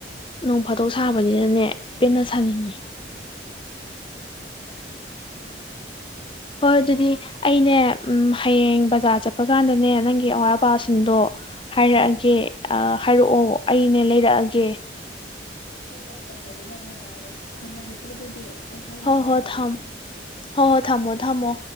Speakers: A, on the left (about 30°); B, on the left (about 70°).
A: ꯅꯣꯡ ꯐꯥꯠꯇꯣꯛ ꯁꯥꯕꯅꯤꯅꯅꯦ ꯄꯦꯟꯅ ꯁꯥꯅꯤꯡꯉꯤ
B: ꯌꯥꯏ ꯌꯥꯏ ꯁꯥꯖꯦ
A: ꯍꯣꯏ ꯑꯗꯨꯗꯤ ꯑꯩꯅꯦ ꯎꯝ ꯍꯌꯦꯡ ꯕꯖꯥꯔ ꯆꯠꯄ ꯀꯥꯟꯗꯅꯦ ꯅꯪꯒꯤ ꯑꯋꯥꯠ ꯑꯄꯥꯁꯤꯡꯗꯣ ꯍꯥꯏꯔꯛꯑꯒꯦ ꯍꯥꯏꯔꯛꯑꯣ ꯑꯩꯅꯦ ꯂꯩꯔꯛꯑꯒꯦ
B: ꯍꯣꯏ ꯍꯣꯏ ꯏꯃꯥꯟꯅꯕꯤ ꯌꯥꯝ ꯅꯨꯡꯉꯥꯏꯔꯦ ꯊꯝꯃꯒꯦꯀꯣ ꯑꯗꯨꯗꯤ ꯑꯩ ꯍꫭꯔꯦꯟ
A: ꯍꯣ
B: ꯑꯃꯨꯛ ꯄꯥꯎ
A: ꯍꯣ
B: ꯐꯥꯎꯔꯛꯀꯦ
A: ꯊꯝ <unintelligible> ꯊꯝꯃꯣ ꯊꯝꯃꯣ